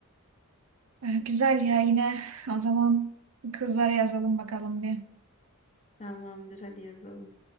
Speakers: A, on the right (about 70°); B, on the left (about 35°).
A: E, Güzel ya yine o zaman kızlara yazalım bakalım bir.
B: Tamamdır hadi yazalım.